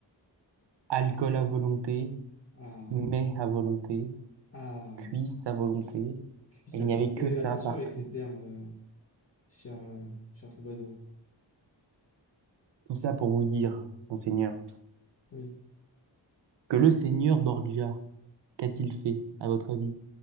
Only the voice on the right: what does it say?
Alcool à volonté,
mets à volonté,
cuisses à volonté.
Il
n'y
avait que ça
partout.
Tout ça pour vous dire, monseigneur,
que le seigneur Borgia Qu'a-t-il fait, à votre avis,